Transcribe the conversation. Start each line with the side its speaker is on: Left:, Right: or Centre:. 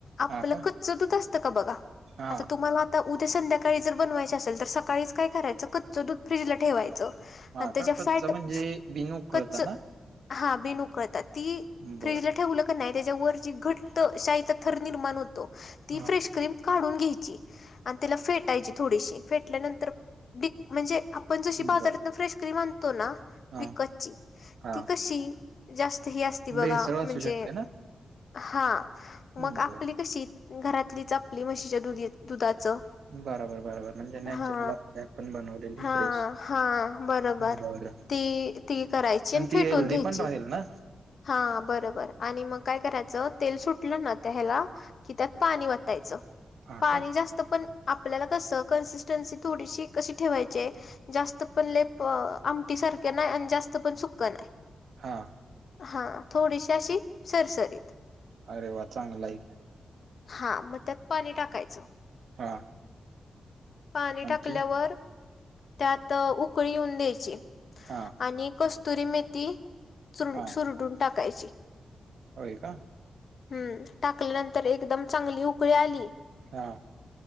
Left: आपलं
Right: हा का
Left: कच्च दूध असत का बघा
Right: हा
Left: आता तुम्हाला? उद्या संध्याकाळी जर बनवायचे असेल तर सकाळीच काय करायचं कच्च दूध फ्रीजला ठेवायचं
Right: हा
Left: आणि त्याच्या
Right: का
Left: फॅट
Right: कच्च म्हणजे बिन उकळता
Left: कच्च
Right: ना
Left: हा बीन उकळतात ती
Right: बर
Left: फ्रीजला ठेवू. त्याच्या व घ शा थर निर्माण होतो ती
Right: हा
Left: फ्रेशम काढून घ्यायची आणि त्याला फेटायची थोडीशी फेटल्यानंतर तर ब म्हणजे आपण जशी बाजारात
Right: बर
Left: फ्रेश क्रीम आणतो ना.
Right: हा
Left: विकतची
Right: हा
Left: ती कशी जास्त ही असती बघा
Right: भेसळ
Left: म्हणजे
Right: असू शकते ना
Left: हा
Right: हम्म,
Left: मग आपली
Right: बर
Left: कशी घरातलीच आपली म्हशीच्या दुधी दुधाचं.
Right: बरोबर बरोबर म्हणजे नॅचरल
Left: हा
Right: असते आपण बनवलेली
Left: हा
Right: फ्रेश
Left: हा बरोबर.
Right: बरं
Left: ती ती करायची आणि फेटून
Right: ती हेल्दी
Left: घ्यायची.
Right: पण राहील ना
Left: हा बरोबर आणि मग काय करायचं तेल सुटलं ना त्या ह्याला कि त्यात पाणी वाटयचं
Right: हा
Left: पाणी
Right: का
Left: जास्त पण आपल्याला कसं कन्सिस्टन्सी थोडीशी कशी ठेवायची. जास्त पण लेप आमटी सारखे नाही आणि जास्त पण सुकं नाही.
Right: हा.
Left: हा थोडीशी अशी सरसरीत
Right: अरे वा चांगला आहे.
Left: हा मग त्यात पाणी टाकायचं.
Right: हा
Left: पाणी
Right: आणखी
Left: टाकल्यावर त्यात उकळीऊन द्यायची.
Right: हा.
Left: आणि कस्तुरी मेथी चर
Right: हा
Left: सुरडून टाकायची.
Right: होय का?
Left: हम्म टाकल्यानंतर एकदम चांगली उकळी आली.
Right: हा.